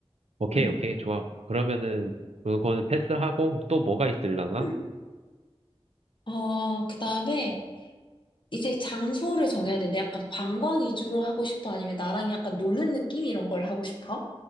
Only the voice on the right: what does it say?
오케이,
오케이, 좋아. 그러면은 그거는 패스하고 또 뭐가 있을라나?